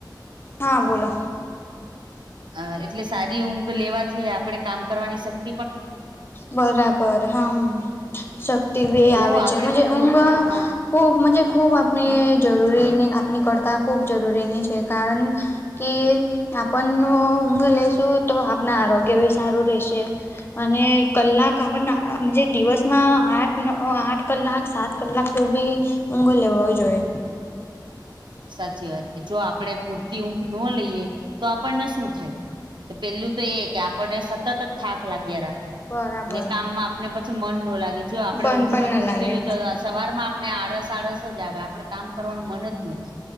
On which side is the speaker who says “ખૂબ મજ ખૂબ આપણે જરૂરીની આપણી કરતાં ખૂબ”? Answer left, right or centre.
Left